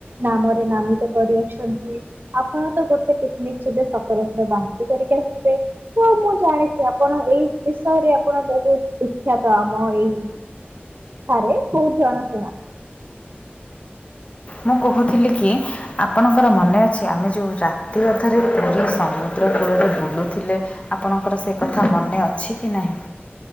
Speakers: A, on the right; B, on the left.
A: ନାମରେ ନାମୀତ କରିଅଛନ୍ତି। ଆପଣ ତ ଗୋଟେ ପିକ୍ନିକ୍ ଯିବେ ସତର ଥର ବାନ୍ତି କରିକି ଆସିବେ। ହଁ ମୁଁ ଜାଣିଚି ଆପଣ ଏଇ ବିଷୟରେ ଆପଣ ବୋହୁତ ବିଖ୍ୟାତ ଆପ ମ ଏଇ ଠାରେ ବୋହୁତ ଜଣା ଶୁଣା।
B: ମୁଁ କୋହୁଥିଲି କି ଆପଣଙ୍କର ମନେ ଅଛି ଆମେ ଯୋଉ ରାତି ଅଧରେ ପୁରୀ ସମୁଦ୍ର କୂଳରେ ବୁଲୁଥୁଲେ। ଆପଣଙ୍କର ସେ କଥା ମନେ ଅଛି କି ନାହିଁ?